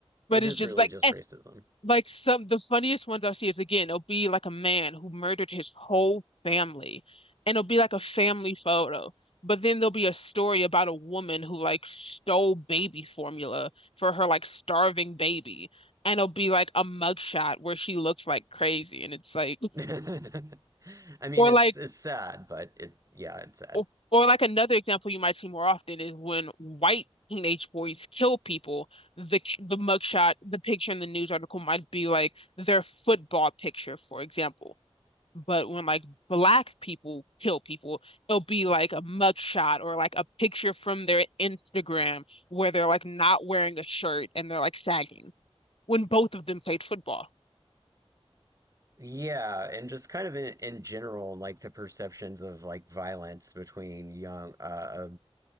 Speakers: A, on the left; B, on the right.
A: But
B: It
A: it's
B: is
A: just
B: really
A: like
B: just
A: eh,
B: racism.
A: like some the funniest ones I see is again, it'll be like a man who murdered his whole family, and it'll be like a family photo. But then there'll be a story about a woman who like stole baby formula for her like starving baby. And it'll be like a mugshot where she looks like crazy. And it's like,
B: <laughs> I mean,
A: or
B: it's
A: like
B: it's sad, but it yeah, it's sad.
A: Or, or like another example you might see more often is when white teenage boys kill people, the the mugshot, the picture in the news article might be like their football picture, for example. But when like black people kill people, it'll be like a mugshot or like a picture from their Instagram where they're like not wearing a shirt and they're like sagging when both of them played football.
B: Yeah, and just kind of in, in general, like the perceptions of like violence between young uh uh,